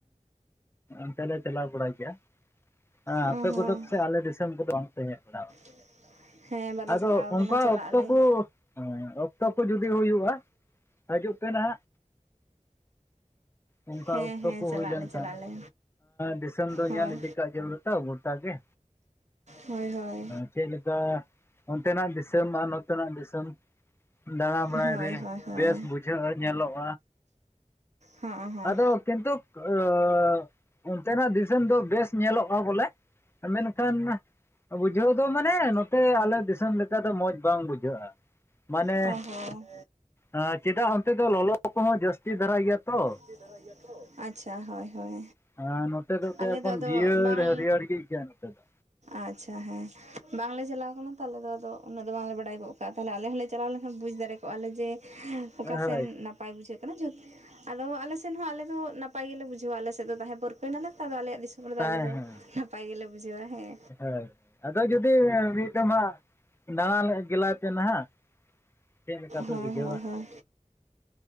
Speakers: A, on the left (about 20°); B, on the right (about 65°).
A: ᱱᱤᱛᱚᱜ ᱞᱮ ᱪᱟᱞᱟᱣ ᱵᱟᱲᱟᱟᱜ ᱜᱮᱭᱟ᱾ ᱦᱮᱸ
B: ᱚ
A: ᱟᱯᱮ
B: ᱦᱚᱸ
A: ᱠᱚᱫᱚ ᱯᱟᱥᱮᱡ ᱟᱞᱮ ᱫᱤᱥᱚᱢ ᱠᱚᱫᱚ ᱵᱟᱝ ᱯᱮ ᱦᱮᱡ ᱵᱟᱲᱟᱣᱼᱟ᱾
B: ᱦᱮᱡ ᱟᱠᱟᱱᱟ ᱦᱮᱸ ᱵᱟᱞᱮ
A: ᱟᱫᱚ
B: ᱪᱟᱞᱟᱣ
A: ᱚᱱᱠᱟ
B: ᱠᱟᱱᱟ ᱪᱟᱞᱟᱜ
A: ᱚᱠᱛᱚ
B: ᱟᱞᱮ
A: ᱠᱚ ᱚᱠᱛᱚ ᱠᱚ ᱡᱩᱫᱤ ᱦᱩᱭᱩᱜᱼᱟ ᱦᱟᱡᱩᱜ᱾ ᱯᱮ ᱱᱷᱟᱜ᱾ ᱚᱱᱠᱟ
B: ᱦᱮᱸ
A: ᱚᱠᱛᱚ
B: ᱦᱮᱸ
A: ᱠᱚ
B: ᱪᱟᱞᱟᱜ
A: ᱦᱩᱭ ᱞᱮᱱᱠᱷᱟᱱ
B: ᱟᱞᱮ ᱪᱟᱞᱟᱜ ᱟᱞᱮ᱾
A: ᱫᱤᱥᱚᱢ ᱫᱚ
B: ᱦᱳᱭ
A: ᱧᱮᱞ ᱤᱫᱤ ᱠᱟᱜ ᱡᱟᱹᱨᱩᱲ ᱛᱚ ᱜᱚᱴᱟ ᱜᱮ᱾
B: ᱦᱳᱭ ᱦᱳᱭ
A: ᱪᱮᱫ ᱞᱮᱠᱟ᱾ ᱚᱱᱛᱮᱱᱟᱜ ᱫᱤᱥᱟᱹᱢ ᱟᱨ ᱱᱚᱛᱮᱱᱟᱜ ᱫᱤᱥᱟᱹᱢ ᱫᱟᱬᱟ ᱵᱟᱲᱟᱭ
B: ᱦᱳᱭ
A: ᱨᱮ
B: ᱦᱳᱭ ᱦᱳᱭ
A: ᱵᱮᱥ ᱵᱩᱡᱷᱟᱹᱜᱼᱟ ᱧᱮᱞᱚᱜ
B: ᱦᱚᱸ ᱦᱚᱸ
A: ᱟᱫᱚ ᱠᱤᱱᱛᱩ ᱟᱸᱻᱻ ᱚᱱᱛᱮᱱᱟᱜ ᱫᱤᱥᱚᱢ ᱫᱚ ᱵᱮᱥ ᱧᱮᱞᱚᱜᱼᱟ ᱵᱚᱞᱮ ᱢᱮᱱᱠᱷᱟᱱ ᱵᱩᱡᱷᱟᱹᱣ ᱫᱚ ᱢᱟᱱᱮ ᱱᱟᱛ᱾ ᱛᱮ ᱟᱞᱮ ᱫᱤᱥᱟᱹᱢ ᱞᱮᱠᱟ ᱫᱚ ᱢᱚᱡᱽ ᱵᱟᱝ ᱵᱩᱡᱷᱟᱹᱜᱼᱟ ᱢᱟᱱᱮ
B: ᱚ ᱦᱚᱸ
A: ᱟ ᱪᱮᱫᱟᱜ ᱚᱱᱛᱮ ᱫᱚ ᱞᱚᱞᱚ ᱠᱚᱦᱚᱸ ᱡᱟᱹᱥᱛᱤ ᱫᱷᱟᱨᱟᱭ ᱜᱮᱭᱟ ᱛᱚ᱾
B: ᱫᱷᱟᱨᱟ ᱜᱮᱭᱟ ᱛᱚ ᱟᱪᱷᱟ ᱦᱳᱭ ᱦᱳᱭ᱾
A: ᱦᱮᱸ ᱱᱚᱛᱮ ᱮᱠᱫᱚᱢ
B: ᱟᱞᱮ ᱫᱚ ᱟᱫᱚ
A: ᱡᱤᱭᱟᱹᱲ
B: ᱵᱟᱝ
A: ᱦᱟᱹᱨᱭᱟᱹᱲ ᱜᱮ ᱟᱹᱭᱠᱟᱹᱜᱼᱟ ᱱᱚᱛᱮ ᱫᱚ
B: ᱟᱪᱷᱟ ᱦᱮᱸ᱾ ᱵᱟᱝᱞᱮ ᱪᱟᱞᱟᱣ ᱠᱟᱱᱟ ᱛᱚ ᱟᱞᱮ ᱫᱚ ᱟᱫᱚ ᱩᱱᱟᱹᱜ ᱫᱚ ᱵᱟᱝᱞᱮ ᱵᱟᱲᱟᱭ ᱜᱚᱫ ᱠᱟᱜᱼᱟ ᱛᱟᱦᱞᱮ ᱟᱞᱮ ᱦᱚᱸᱞᱮ ᱪᱟᱞᱟᱣ ᱞᱮᱱᱠᱷᱟᱱ ᱵᱩᱡᱽ ᱫᱟᱲᱮ ᱠᱚᱜᱼᱟ ᱞᱮ ᱡᱮ ᱚᱠᱟ
A: ᱦᱳᱭ
B: ᱥᱮᱱ
A: ᱦᱮᱸ
B: ᱱᱟᱯᱟᱭ ᱵᱩᱡᱷᱟᱹᱜ ᱠᱟᱱᱟ ᱡᱷᱚᱛ ᱟᱫᱚ ᱟᱞᱮ ᱥᱮᱱ ᱦᱚᱸ ᱟᱞᱮ ᱫᱚ ᱱᱟᱯ ᱯᱟᱭ ᱜᱮᱞᱮ ᱵᱩᱡᱷᱟᱹᱣᱟ ᱟᱞᱮ ᱥᱮᱫ ᱫᱚ ᱛᱟᱦᱮᱸ ᱯᱟᱨᱠ- ᱦᱩᱭᱱᱟᱞᱮ ᱛᱚ ᱟᱫᱚ ᱟᱞᱮᱭᱟᱜ ᱫᱤᱥᱚᱢ ᱨᱮ
A: ᱦᱮᱸ
B: ᱟᱞᱮ ᱫᱚ
A: ᱦᱮᱸ
B: ᱱᱟᱯᱟᱭ ᱜᱮᱞᱮ ᱵᱩᱡᱷᱟᱹᱣᱟ ᱦᱮᱸ᱾
A: ᱦᱳᱭ ᱟᱫᱚ ᱡᱩᱫᱤ ᱢᱤᱫ ᱫᱚᱢ ᱦᱟᱸᱜ᱾ ᱫᱟᱬᱟ ᱞᱮᱼᱜᱮᱞᱟᱭ ᱯᱮ ᱱᱟᱦᱟᱜ ᱪᱮᱫ ᱞᱮᱠᱟ ᱯᱮ
B: ᱦᱳᱭ
A: ᱵᱩᱡᱷᱟᱹᱣᱟ᱾
B: ᱦᱳᱭ ᱦᱳᱭ